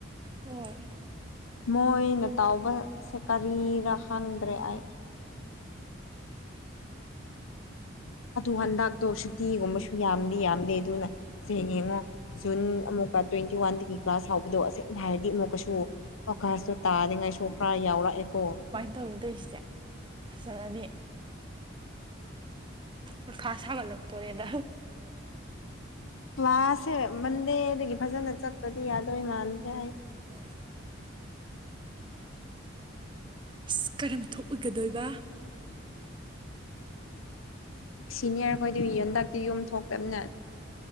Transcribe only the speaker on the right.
ꯍꯣꯏ
ꯀꯩꯅꯣ ꯇꯧꯏꯁꯤꯗꯦ ꯐꯖꯔꯅꯤ ꯃꯊꯥ ꯁꯥꯒꯠꯂꯛꯇꯣꯔꯦꯗ
<unintelligible> ꯏꯁ ꯀꯔꯝ ꯊꯣꯛꯑꯒꯗꯣꯏꯕ